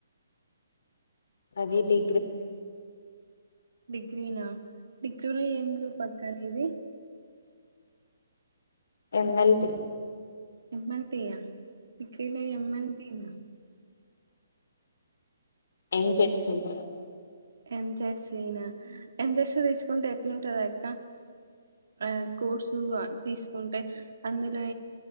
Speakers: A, on the left; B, on the right.
A: అది డిగ్రీ
B: డిగ్రీనా డిగ్రీలో ఏం గ్రూప్ అక్క నీది
A: ఎమ్మెల్సీ
B: ఎమ్మెల్సీ ఈగ ఎమ్మెల్యే
A: ఎం జెస్సి మేడం
B: ఎంజెర్సీనా ఎంజెర్స తీసుకుంటే ఎట్లుంటంది అక్క ఆ కోర్సు తీసుకుంటే అందులో